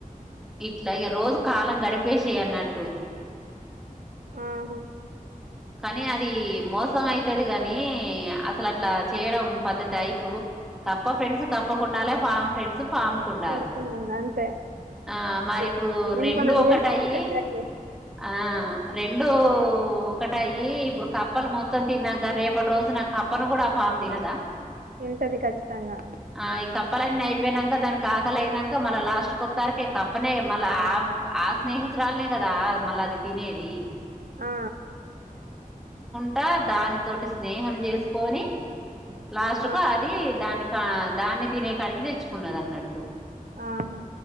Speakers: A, in the centre; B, on the right (about 75°).
A: ఇట్లాగే రోజు కాలం గడిపేసేయ్ అన్నట్టు
B: ఆహా
A: కానీ అది మోసం అయితది గాని అసలు అట్లా చేయడం పద్ధతి ఇప్పుడు కప్ప ఫ్రెండ్స్ కప్పకుండాల పామ్ ఫ్రెండ్స్ పామ్కుండాలి
B: పడుకున్నది అంతే
A: ఆ మరి
B: ఏ-
A: ఇప్పుడు
B: దేని
A: రెండు
B: పని అది
A: ఒకటి
B: చేస్తేనే
A: అయి
B: సెట్ అయితది
A: ఆ రెం ఓ ఒకటయ్యి ఇప్పుడు కప్పలు మొత్తం తిన్నాక రేపటి రోజు నా కప్పను కూడా ఆ పామ్ తినదా
B: తింటది ఖచ్చితంగా
A: ఆ ఈ కప్పలన్నీ అయిపోయినాక దాని ఆకలి అయినాక మళ్ళా లాస్ట్ కొత్తరికి కప్పనే మళ్ళ ఆ ఆ స్నేహితురాలనే కదా మళ్ళీ అది తినేది
B: ఆ ఆ
A: అ దాని తోటి స్నేహం చేసుకొని లాస్ట్
B: ఆ
A: కు అది దానికి ఆ దాన్ని తినే కాడిగి తెచ్చుకున్న దన్నట్టు
B: ఆహా